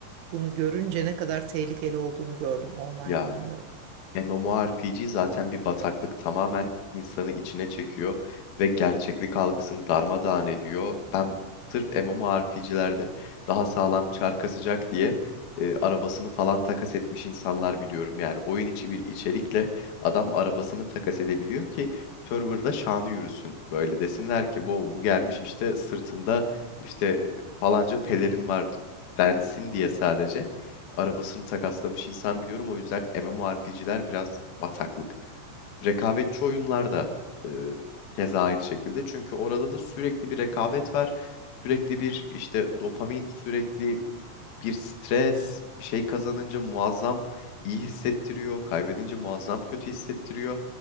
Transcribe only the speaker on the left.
Ya
MMORPG zaten bir bataklık tamamen insanı içine çekiyor ve gerçeklik algısını darmadağın ediyor. Ben sırf MMORPG'lerde daha sağlam çar kasacak diye e, arabasını falan takas etmiş insanlar biliyorum. Yani oyun içi bir içerikle adam arabasını takas edebiliyor ki serverda şanı yürüsün. Böyle desinler ki wow bu gelmiş işte sırtında işte falanca pelerin var densin diye sadece arabasını takaslamış insan biliyorum. O yüzden MMORPG'ler biraz bataklık. Rekabetçi oyunlar da e, keza aynı şekilde. Çünkü orada da sürekli bir rekabet var. Sürekli bir işte dopamin, sürekli bir stres, bir şey kazanınca muazzam iyi hissettiriyor, kaybedince muazzam kötü hissettiriyor.